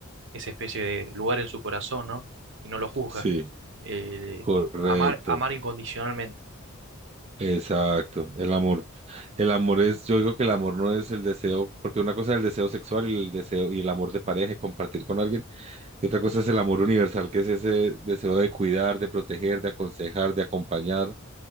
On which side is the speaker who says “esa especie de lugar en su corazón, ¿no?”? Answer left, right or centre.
Right